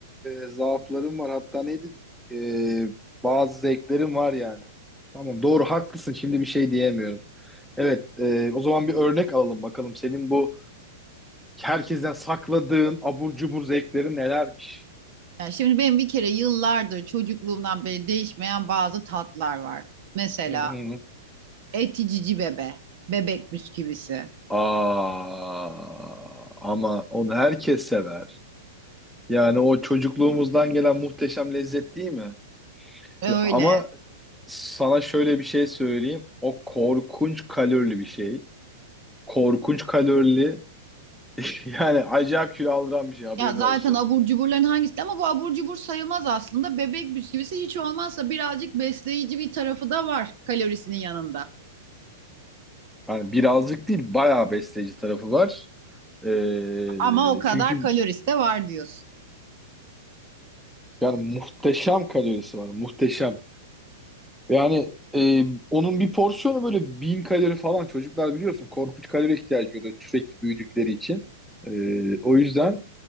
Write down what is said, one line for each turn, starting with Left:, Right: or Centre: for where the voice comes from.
Centre: e, zaaflarım var. Hatta neydi? E, bazı zevklerim var yani. Tamam doğru haklısın. Şimdi bir şey diyemiyorum. Evet e, o zaman bir örnek alalım bakalım. Senin bu herkesten sakladığın abur cubur zevkleri nelermiş?
Right: Yani şimdi benim bir kere yıllardır çocukluğumdan beri değişmeyen bazı tatlar var. Mesela
Centre: Hı hı.
Right: eti cici bebe, bebek bisküvisi.
Centre: Aa, ama onu herkes sever. Yani o çocukluğumuzdan gelen muhteşem lezzet değil mi?
Right: Öyle.
Centre: Ama Sana şöyle bir şey söyleyeyim. O korkunç kalorili bir şey. Korkunç kalorili. <laughs> Yani acayip kilo aldıran bir şey haberin
Right: Ya zaten
Centre: olsun.
Right: abur cuburların hangisi de- ama bu abur cubur sayılmaz aslında. Bebek bisküvisi hiç olmazsa birazcık besleyici bir tarafı da var kalorisinin yanında.
Centre: Yani birazcık değil bayağı besleyici tarafı var. Ee,
Right: Ama o Hmm. kadar
Centre: çünkü
Right: kalorisi de var diyorsun.
Centre: yani muhteşem kalorisi var. Muhteşem. Yani e, onun bir porsiyonu böyle bin kalori falan. Çocuklar biliyorsun korkunç kalori ihtiyacı oluyor sürekli büyüdükleri için. Ee, o yüzden